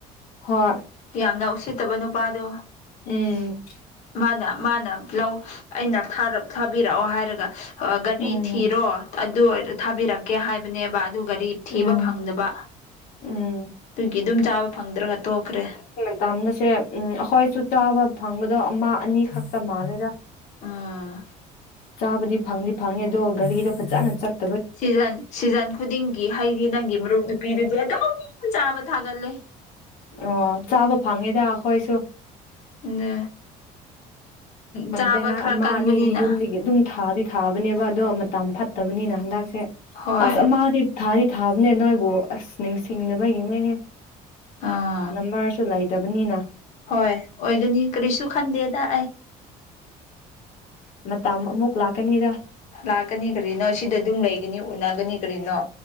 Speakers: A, on the left; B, on the left.
A: ꯍꯣꯏ
B: ꯌꯥꯝꯅ ꯎꯁꯤꯠꯇꯕ ꯅꯨꯄꯥꯗꯣ
A: ꯎꯝ ꯎꯝ
B: ꯃꯥꯅ ꯃꯥꯅ ꯂꯧ ꯑꯩꯅ ꯊꯥꯔꯞ ꯊꯥꯕꯤꯔꯛꯑꯣ ꯍꯥꯏꯔꯒ ꯑ ꯒꯥꯔꯤ
A: ꯎꯝ
B: ꯊꯤꯔꯣ ꯑꯗꯨ ꯑꯣꯏꯔ ꯊꯥꯕꯤꯔꯛꯀꯦ ꯍꯥꯏ ꯕꯅꯦꯕ ꯑꯗꯨ ꯒꯥꯔꯤ ꯊꯤꯕ
A: ꯎꯝ
B: ꯐꯪꯗꯕ
A: ꯎꯝ
B: ꯇꯨꯒꯤ ꯑꯗꯨꯝ ꯆꯥꯕ ꯐꯪꯗ꯭ꯔꯒ ꯇꯣꯈ꯭ꯔꯦ
A: ꯇꯝꯅꯁꯦ ꯎꯝ ꯑꯈꯣꯏꯁꯨ ꯆꯥꯕ ꯐꯪꯕꯗꯣ ꯑꯃꯥ ꯑꯅꯤ ꯈꯛꯇ ꯃꯥꯜꯂꯦꯗ
B: ꯑꯥ
A: ꯆꯥꯕꯗꯤ ꯐꯪꯗꯤ ꯐꯪꯉ‌ꯦ ꯑꯗꯣ ꯒꯥꯔꯤꯗꯣ ꯐꯖꯅ ꯆꯠ
B: ꯁꯤꯖꯟ ꯁꯤꯖꯟ ꯈꯨꯗꯤꯡꯒꯤ ꯍꯩꯗꯤ ꯅꯪꯒꯤ ꯃꯔꯨꯞ ꯅꯨꯄꯤꯗꯨꯗꯤ ꯑꯗꯨꯝ ꯆꯥꯕ ꯊꯥꯒꯠꯂꯦ
A: ꯑꯣ ꯆꯥꯕ ꯐꯪꯉꯤꯗ ꯑꯈꯣꯏꯁꯨ
B: ꯅ
A: ꯀꯟꯇꯦꯅꯔ
B: ꯆꯥꯕ ꯈꯔ
A: ꯑꯃ
B: ꯀꯟꯕꯅꯤꯅ
A: ꯑꯅꯤꯗꯤ ꯌꯨꯝꯗꯒꯤ ꯑꯗꯨꯝ ꯊꯥꯗꯤ ꯊꯥꯕꯅꯦꯕ ꯑꯗꯣ ꯃꯇꯝ ꯐꯠꯇꯕꯅꯤꯅ ꯍꯟꯗꯛꯁꯦ
B: ꯍꯣꯏ
A: ꯑꯁ ꯑ ꯃꯥꯗꯤ ꯊꯥꯗꯤ ꯊꯥꯕꯅꯦ ꯅꯣꯏꯕꯨ ꯑꯁ ꯅꯤꯡꯁꯤꯡ ꯗꯕꯒꯤꯅꯦꯍꯦ
B: ꯑꯥ
A: ꯅꯝꯕꯔꯁꯨꯨ ꯂꯩꯗꯕꯅꯤꯅ
B: ꯍꯣꯏ ꯑꯣꯏꯒꯅꯤ ꯀꯔꯤꯁꯨ ꯈꯟꯗꯦꯗ ꯑꯩ
A: ꯃꯇꯥꯝ ꯑꯃꯨꯛ ꯂꯥꯛꯀꯅꯤꯗ
B: ꯂꯥꯛꯀꯅꯤ ꯀꯔꯤꯅꯣ ꯁꯤꯗ ꯑꯗꯨꯝ ꯂꯩꯒꯅꯤ ꯎꯅꯒꯅꯤ ꯀꯔꯤꯅꯣ